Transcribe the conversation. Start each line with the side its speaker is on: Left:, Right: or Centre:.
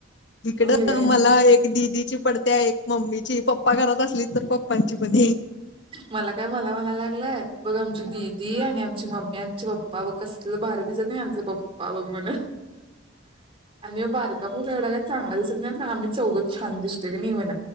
Left: इकडं
Right: होय काय
Left: मला एक दीदी ची पडत्या एक मम्मीची, पप्पा घरात असलीच तर पप्पांची पण.
Right: मला काय म्हला म्हणाला लागलाय, बघ आमची दिदी आणि आमची मम्मी आमचे पप्पा व कसलं बाहेर दिसत नाही आमचे पप्पा पा बघ म्हणा आणि बारका भोक एवढा काय चांगला दिसत नाही आम्ही चौगच छान दिस सगळे मी वन